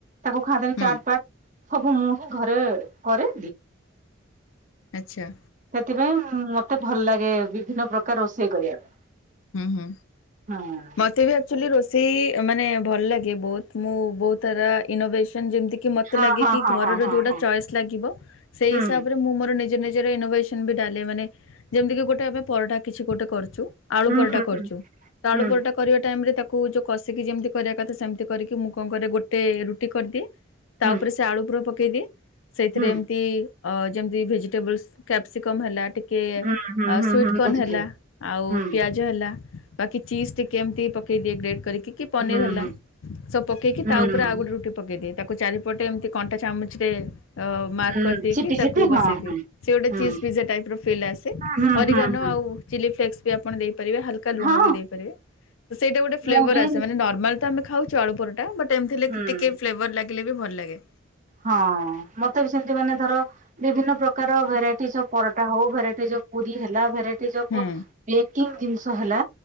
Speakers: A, on the right (about 40°); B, on the left (about 80°).
A: ତାକୁ ଖାଆନ୍ତିନି
B: ହୁଁ
A: ଚାଟ୍ ପାଟ ସବୁ ମୁଁ ହିଁ ଘରେ କରେ।
B: ଆଚ୍ଛା।
A: ସେଥିପାଇଁ ମତେ ଭଲ ଲାଗେ ବିଭିନ୍ନ ପ୍ରକାର ରୋଷେଇ କରିଆ ପାଇଁ।
B: ହୁଁ ହୁଁ
A: ହଁ।
B: ମତେ ବି ରୋଷେଇ ମାନେ ଭଲ ଲାଗେ ବହୁତ ମୁଁ ବହୁତ ଥର ଇନୋଭସନ ଯେମତି ମତେ
A: ହଁ
B: ଲାଗେ
A: ହଁ
B: କି
A: ହଁ
B: ଘରର
A: ହଁ ହଁ
B: ଯୋଉଟା
A: ହଁ
B: ଚଏସ୍ ଲାଗିବ ସେଇ
A: ହୁଁ
B: ହିସାବରେ ମୁଁ ମୋର ନିଜ ନିଜର ଇନୋଭେ ନ ବି ଡାଲେ ମାନେ ଯେମିତି କି ଗୋଟେ ଆମେ ପରଟା କିଛି ଗୋଟେ କରୁଚୁ ଆଳୁ
A: ହୁଁ
B: ପରଟା
A: ହୁଁ
B: କରୁ
A: ହୁଁ।
B: ଚୁତ ଆଳୁ
A: ହୁଁ
B: ପରଟା କରିବା ଟାଇମ ରେ ତାକୁ ଯଉ କଷିକି ଯେମିତି କରିବା କଥା ସେମିତି କରିକି ମୁଁ କଣ କରେ ଗୋଟେ ରୁଟି କରିଦିଏ। ତା
A: ହୁଁ
B: ଉପରେ ସେ ଆଳୁ ପୁର ପକେଇଦିଏ ସେଇଥିରେ
A: ହୁଁ
B: ଏମିତି ଅ ଯେମିତି ଭେଜିଟେବଲ୍ସ କ୍ୟାପ୍ସିକମ୍ ହେଲା ଟି କିଏ
A: ହୁଁ ହୁଁ ହୁଁ
B: ସୁଇଟ
A: ହୁଁ
B: କର୍ନ
A: ବୁଝିଲି
B: ହେଲା ଆଉ
A: ହୁଁ
B: ଜ ହେଲା ବାକି ଚିଜ୍ ଟିକିଏ ଏମିତି ପକେଇଦିଏ ଗ୍ରେଡ଼୍ କରିକି। କି ପନିର
A: ହୁଁ
B: ହେଲା
A: ହୁଁ।
B: ସବୁ ପକେଇକି
A: ହୁଁ
B: ତା ଉପରେ ଆଉ ଗୋଟେ ରୁଟି ପକେଇ ଦିଏ ତାକୁ ଚାରିପଟେ ଏମତି କଣ୍ଟା ଚାମଚ ରେ ଅ ମାର୍କ
A: ହୁଁ
B: କରିଦେଇକି
A: ଚିପି
B: ତାକୁ
A: ଚିପି ହଁ
B: ବସେଇଦିଏ।
A: ହଁ।
B: ସେ ଗୋଟେ
A: ହୁଁ
B: ଚିଜ୍ ପିଜା ଟାଇପର ଫିଲ୍ ଆସେ
A: ହୁଁ
B: ଅରିଗାନ
A: ହୁଁ ହୁଁ
B: ଆଉ ଚିଲି ଫ୍ଲେକ୍ସ୍ ବି ଆପଣ ଦେଇପାରିବେ ହାଲକା ଲୁଣ
A: ହଁ
B: ବି ଦେଇପାରିବେ ତ ସେଇଟା ଗୋଟେ ଫ୍ଲେଭର୍
A: ମୁଁ ବି
B: ଆସେ ମାନେ ନର୍ମାଲ ତ ଆମେ ଖାଉଚୁ ଆଳୁପରଟା, ବଟ୍ ଏମତି ହେଲେ
A: ହୁଁ।
B: ଟିକେ ଫ୍ଲେଭର୍ ଲାଗିଲେ ବି ଭଲ ଲାଗେ।
A: ହଁ, ମତେ ବି ସେମତି ମାନେ ଧର ବିଭିନ୍ନ ପ୍ରକାର ଭେରାଇଟି ଯୋଉ ପରଟା ହୋଉ ଭେରାଇଟିଯୋଉ ପୁରୀ ହେଲା ଭେରାଇ <unintelligible>
B: ହୁଁ
A: ବେକିଂ ଜିନଷ ହେଲା